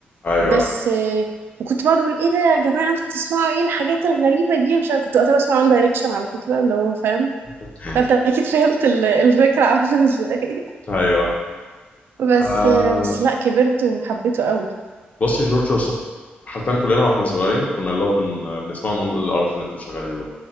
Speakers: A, on the left; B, on the right.
A: ايوه
B: بس آه، وكنت بقعد اقول ايه ده يا جماعه انتوا بتسمعوا ايه الحاجات الغريبه دي مش عارفة- كنت وقتها بسمع وان دايركشن على فكره اللي هو فاهم
A: <laughs>
B: فانت اكيد فهمت ال- الفكرة عاملة ازاي
A: ايوه
B: <laughs> بس
A: آه
B: بس لا كبرت وحبيته قوي
A: بص يا جورج وسوف حرفيا كلنا واحنا صغيرين كنا اللي هو بن... بنسمعه نقول إيه القرف اللي انتوا شغالين بقى